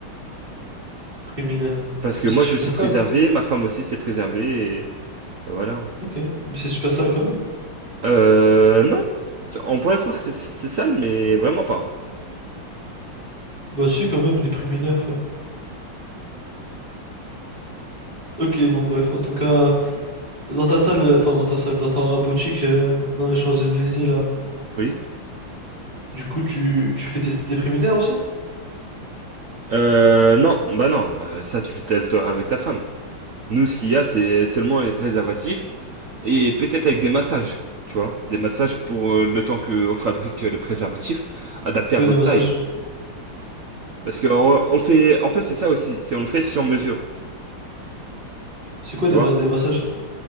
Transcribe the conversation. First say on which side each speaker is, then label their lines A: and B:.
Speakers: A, on the right; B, on the right.
A: Préliminaire.
B: parce que
A: Mais
B: moi
A: c'est super
B: je me suis préservé,
A: sale.
B: ma femme aussi s'est préservée et et voilà.
A: Ok, mais c'est super sale quand même.
B: Euh, non. On pourrait croire que c'est c'est sale, mais vraiment pas. hein.
A: Bah si, quand même, il est priminaire, frère. Ok, bon, bref, en tout cas, dans ta salle, euh, enfin dans ta salle, dans ta boutique, euh, dans les Champs-Élysées, là,
B: Oui.
A: du coup, tu, tu fais tester des préminaires aussi?
B: Euh, non, bah non, euh, ça tu le testeras avec ta femme. Nous, ce qu'il y a, c'est seulement les préservatifs et peut-être avec des massages, tu vois, des massages pour euh, le temps qu'on fabrique euh, le préservatif, adapté
A: C'est quoi
B: à votre
A: des massages?
B: taille. Parce que on, on fait, en fait, c'est ça aussi, c'est on le fait sur mesure,
A: C'est quoi
B: tu
A: des,
B: vois.
A: ma- des massages?